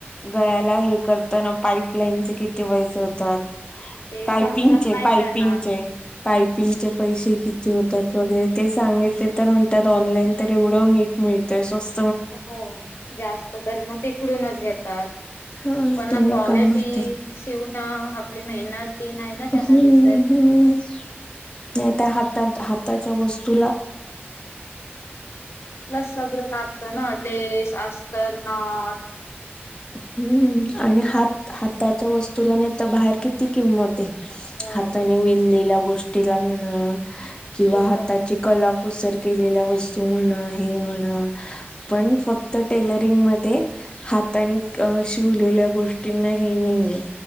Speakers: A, on the left; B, on the left.
A: गळ्याला हे करताना पाईपलाईनचे किती पैसे होतात
B: ते
A: पायपिंगचे
B: समजत नाही
A: पायपिंगचे
B: त्यांना
A: पायपिंगचे पैसे किती होतात वगरे ते सांगितले तर म्हणतात ऑनलाईन तर एवढं नीट मिळते सौस
B: हो जास्त तर म तिकडूनचं घेतात.
A: हा
B: पण
A: तुम्ही
B: क्वालिटी
A: का म्हणता
B: शिवूनं आपली मेहनत ती नाही ना त्यांना
A: हम्म
B: दिसत.
A: हम्म <unintelligible> त्याच्या वस्तूला
B: लस सगळं लागतना लेस, अस्तर, नाथ
A: हम्म आणि हात हातांच्या वस्तूला नि आता बाहेर किती किंमते.
B: हो
A: हाताने विणलेल्या गोष्टीला म्हणा किंवा
B: खूपच
A: हाताची कला कुसर केलेल्या वस्तू म्हणा हे म्हणा पण फक्त टेलरिंग मध्ये हातने अं शिवलेल्या गोष्टींना हे नाहीये